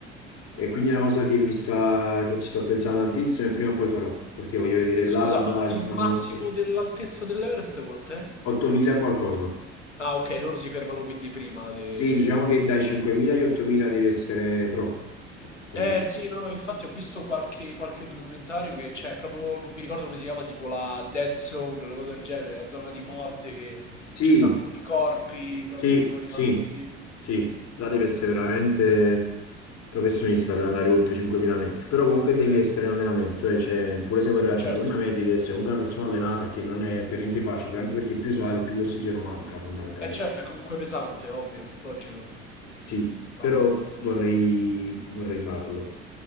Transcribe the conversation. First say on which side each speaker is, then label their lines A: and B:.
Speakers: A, on the left (about 45°); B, on the left (about 85°).
A: E quindi è una cosa che mi sta, che ci sto pensando tantissimo e prima o poi farò, perché voglio vedere
B: Scusa,
A: l'alba,
B: ma
A: il
B: il
A: tramonto.
B: massimo dell'altezza dell'Everest quant'è?
A: 8.000 qualcosa.
B: Ah, ok, loro si fermano quindi prima de-
A: Sì, diciamo che dai 5.000 agli 8.000 devi essere pro. Cioè, comunque-
B: Eh sì, no, no, infatti ho visto qualche, qualche documentario che c'è proprio, non mi ricordo come si chiama, tipo la Dead Zone, una cosa del genere, la zona di morte che
A: Sì,
B: ci stanno pure i corpi, proprio
A: sì,
B: rimangono
A: sì,
B: lì.
A: sì, là devi essere
B: Porca
A: veramente
B: miseria.
A: professionista per andare oltre i 5.000 metri, però comunque devi
B: Eh,
A: essere
B: sì.
A: in allenamento, eh, cioè, pure se vuoi arrivare
B: Certo,
A: a 5.000 metri devi essere comunque una persona allenata che non è per niente facile, anche perché più sali più l'ossigeno manca fondamentalmente.
B: è certo, è comunque pesante, ovvio, logico.
A: Sì,
B: Bah,
A: però
B: porca
A: vorrei,
B: mia.
A: vorrei farlo.